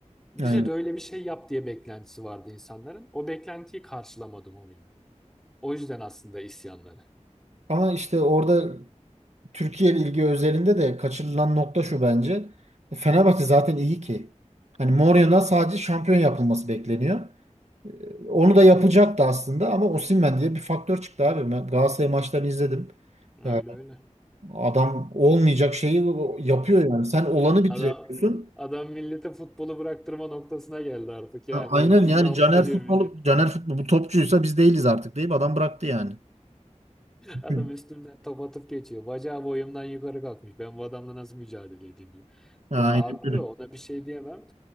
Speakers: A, in the centre; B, on the right.
A: Bize
B: Aynen.
A: de öyle bir şey yap diye beklentisi vardı insanların. O beklentiyi karşılamadı Mourinho. O yüzden aslında isyanları.
B: Ama işte orada Türkiye ilgi özelinde de kaçırılan nokta şu bence. E, Fenerbahçe zaten iyi ki. Hani Mourinho'dan sadece şampiyon yapılması bekleniyor. Ee, Onu da yapacaktı aslında ama Osimhen diye bir faktör çıktı abi. Ben Galatasaray maçlarını izledim.
A: Öyle
B: Ya
A: öyle.
B: adam olmayacak şeyi yapıyor yani. Sen olanı bitiriyorsun.
A: Adam adam millete futbolu bıraktırma noktasına geldi artık. Yani
B: Ha, aynen
A: illa
B: yani Caner
A: ediyor
B: futbolu
A: millet.
B: Caner futbol bu topçuysa biz değiliz artık deyip adam bıraktı yani.
A: Adam
B: Hı.
A: üstümden top atıp geçiyor. Bacağı boyumdan yukarı kalkmış. Ben bu adamla nasıl mücadele edeyim diyor.
B: Aynen
A: Ya haklı
B: öyle.
A: ona bir şey diyemem.